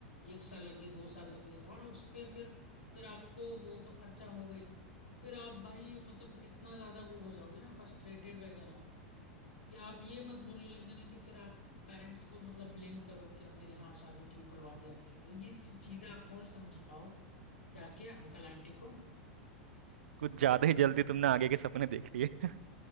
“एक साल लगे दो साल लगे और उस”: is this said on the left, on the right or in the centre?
Left